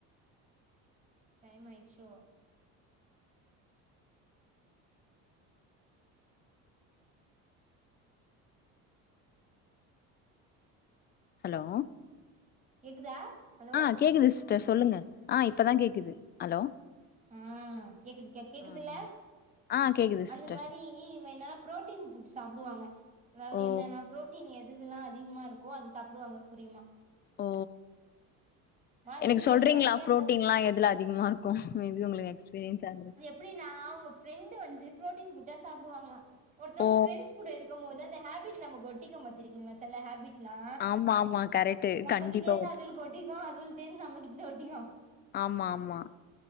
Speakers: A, on the right; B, on the left.
A: டைம் ஆயிட்ச்சோ
B: ஹலோ
A: கேக்குதா ஹலோ
B: ஆ கேக்குது சிஸ்டர் சொல்லுங்க ஆ இப்பதா கேக்குது ஹலோ
A: ஆ கேக்குது கே கேக்குதுல
B: ஆ ஆ கேக்குது
A: அந்த
B: சிஸ்டர்
A: மாரி இவுங்க என்ன ப்ரோட்டீன் புட் சாப்டுவாங்க அதாவது
B: ஓ
A: என்னனா புரோட்டீன் எது எதெல்லா அதிகமா இருக்கோ அது சாப்டுவாங்க புரியுமா
B: ஓ
A: மார்னிங்
B: எனக்கு
A: பிரேக்ஃபாஸ்ட்டே
B: சொல்றீங்ளா புரோட்டீன்லா
A: அந்த
B: எதுல அதிகமா கு மேபி உங்களுக்கு எக்ஸ்பீரியன்ஸ் சாந்துரு
A: அப்டினா அவுங்க ஃப்ரெண்டு் வந்து ப்ரோட்டீன் ஃபுட்டா சாப்புடுவாங்ளா ஒருத்தவங்க
B: ஓ
A: ஃப்ரெண்ட்ஸ் கூட இருக்கு போது அந்த ஹபிட் நமக்கு ஒட்டிக்கு பாத்திருக்கீங்ளா செல ஹேபிட் ளா
B: ஆமா ஆமா கரெக்ட்டு
A: நம்ம
B: கண்டிப்பா
A: கிட்ட இருந்து அதுகளுக்கு ஒட்டிக்கு அதுவுள்ட்டந்து நம்மகிட்ட ஒட்டிக்கு
B: ஆமா ஆமா